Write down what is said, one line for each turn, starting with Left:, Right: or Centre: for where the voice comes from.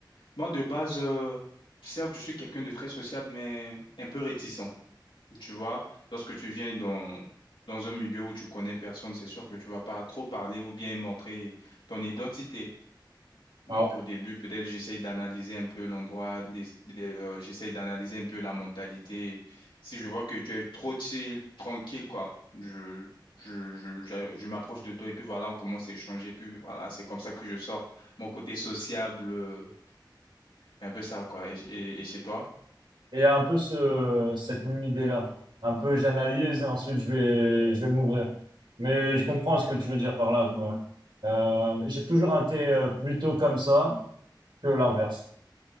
Left: moi, de base, euh, certes, je suis quelqu'un de très sociable, mais un peu réticent. Tu vois, lorsque tu viens dans, dans un milieu où tu connais personne, c'est sûr que tu vas pas trop parler ou bien montrer ton identité. Donc
Right: Ah ouais.
Left: au début, peut-être j'essaye d'analyser un peu l'endroit, des, des, euh, j'essaye d'analyser un peu la mentalité. Si je vois que tu es trop chill, tranquille, quoi, je, je, je, je, je m'approche de toi et puis voilà, on commence à échanger. Puis voilà, c'est comme ça que je sors mon côté sociable, euh, un peu ça, quoi. Et, et, et chez toi?
Right: Et un peu ce, cette même idée-là. Un peu, j'analyse et ensuite je vais, je vais m'ouvrir. Mais je comprends ce que tu veux dire par là, quoi. Euh, j'ai toujours été euh, plutôt comme ça que l'inverse.